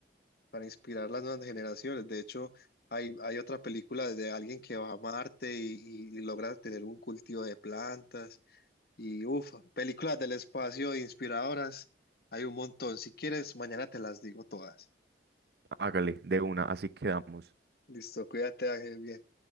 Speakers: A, on the left (about 55°); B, on the right (about 55°).
A: para inspirar las nuevas generaciones. De hecho, hay, hay otra película de alguien que va a Marte y, y- y logra tener un cultivo de plantas y uff, películas del espacio inspiradoras. Hay un montón. Si quieres, mañana te las digo todas.
B: Hágale, de una, así quedamos.
A: Listo, cuídate, Ángel, bien.